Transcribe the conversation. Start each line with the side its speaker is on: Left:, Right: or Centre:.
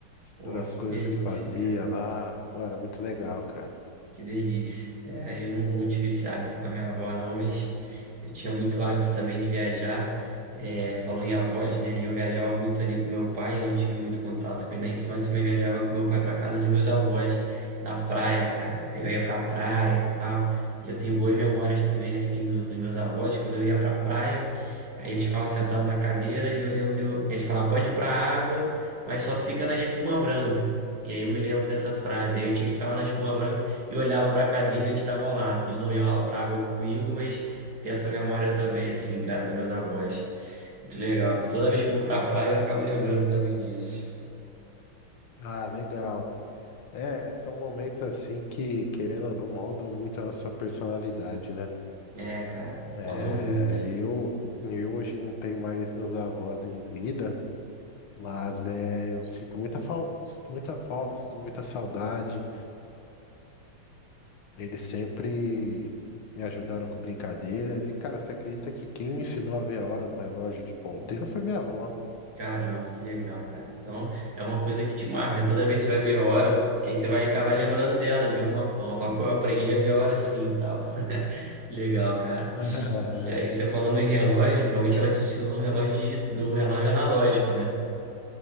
Right: Pô,
Left: das
Right: que
Left: coisas
Right: delícia,
Left: que fazia
Right: cara.
Left: lá. Pô, era muito legal, cara.
Right: Que delícia. É, eu não, não tive esse hábito com a minha avó, não, mas eu tinha muito hábito também de viajar. É, falou em avós, né? E eu viajava muito ali com meu pai. Eu não tive muito contato com ele na infância, mas viajava com meu pai para casa dos meus avós, na praia, cara. Aí eu ia pra praia e tal. E eu tenho boas memórias também, assim, do, dos meus avós. Quando eu ia pra praia, aí eles ficavam sentados na cadeira e eu lembro de eu, eles falavam, pode ir pra água, mas só fica na espuma branca. E aí eu me lembro dessa frase. Aí eu tinha que ficar lá na espuma branca eu olhava para a cadeira, eles estavam lá. Eles não iam lá para água comigo, mas tem essa memória também, assim, cara, dos meus avós. Muito legal. Então, toda vez que eu vou pra praia, eu acabo lembrando também disso.
Left: Ah, legal. É, são momentos assim que, querendo ou não, moldam muito a nossa personalidade, né?
Right: É, cara,
Left: É,
Right: rodou muito.
Left: eu, eu hoje não tenho mais meus avós em vida, mas é, eu sinto muita falta, sinto muita falta, sinto muita saudade. Eles sempre me ajudaram com brincadeiras. E, cara, você acredita que quem me ensinou a ver a hora no relógio de ponteiro foi minha avó?
Right: Caramba, que legal, cara. Então, é uma coisa que te marca. Toda vez que você vai ver a hora, que aí você vai acabar lembrando dela de alguma forma. Fala, Pô, eu aprendi a ver a hora assim e tal. <laughs> Que legal, cara.
Left: <laughs>
Right: E aí,
Left: É,
Right: você falando em relógio, provavelmente ela te ensinou no relógio, digi- no relógio analógico, né?